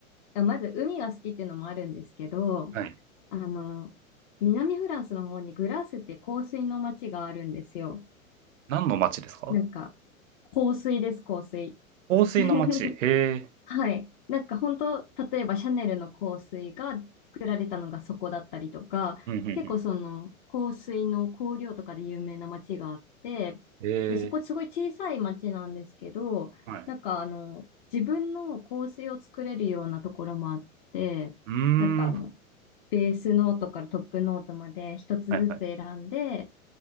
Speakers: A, on the left (about 35°); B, on the right (about 65°).
A: あまず海が好きっていうのもあるんですけど、
B: う。はい。
A: あの、南フランスの方にグラスって香水の街があるんですよ。
B: 何の町ですか
A: なんか、香水です、香水。
B: 香水の町。
A: <laughs>
B: へえ。
A: はい。なんか本当、例えばシャネルの香水が作られたのがそこだったりとか、
B: うんうんうん。
A: 結構その香水の香料とかで有名な街があって、
B: へえ。
A: で、そこすごい小さい街なんですけど、
B: はい。
A: なんかあの、自分の香水を作れるようなところもあって、
B: うーん。
A: なんかあの、ベースノートからトップノートまで一つずつ選んで、
B: はいはい。